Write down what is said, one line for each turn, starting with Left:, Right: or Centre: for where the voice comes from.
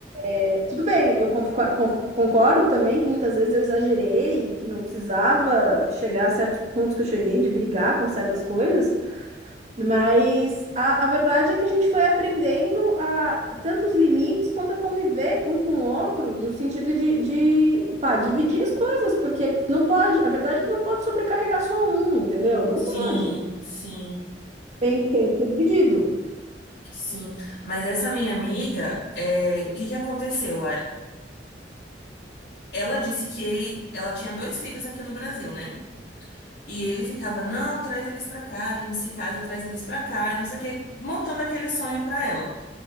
Right: É, tudo bem, eu con- con- concordo também que muitas vezes eu exagerei e que não precisava chegar a certos pontos que eu cheguei de brigar com certas coisas, mas a, a verdade é que a gente foi aprendendo a tanto os limites quanto a conviver um com o outro no sentido de, de pá, dividir as coisas, porque não pode, a verdade é que não pode sobrecarregar só um, entendeu? Não
Left: sim,
Right: pode.
Left: sim,
Right: Tem, tem que ser dividido.
Left: sim. Mas essa minha amiga, é, o que que aconteceu? Ela disse que ele, ela tinha dois filhos aqui no Brasil, né? E ele ficava, não, traz eles pra cá, a gente se casa, traz eles pra cá, e não sei o quê, montando aquele sonho pra ela.